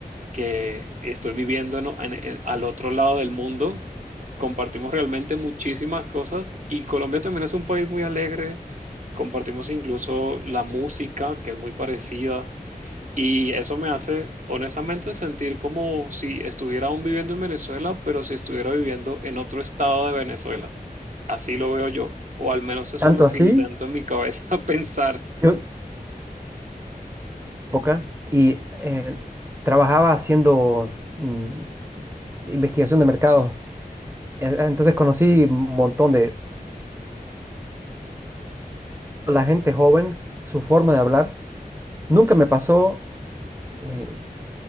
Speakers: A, on the right (about 50°); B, on the right (about 15°).
A: que estoy viviendo en en- en- al otro lado del mundo. Compartimos realmente muchísimas cosas y Colombia también es un país muy alegre. Compartimos incluso la música, que es muy parecida. Y eso me hace, honestamente, sentir como si estuviera aún viviendo en Venezuela, pero si estuviera viviendo en otro estado de Venezuela. Así lo veo yo, o al menos eso
B: Tanto
A: es lo
B: así,
A: que intento en mi cabeza <laughs> pensar.
B: yo época y eh, trabajaba haciendo mm, investigación de mercados. Eh, Entonces conocí un montón de la gente joven, su forma de hablar. Nunca me pasó eh,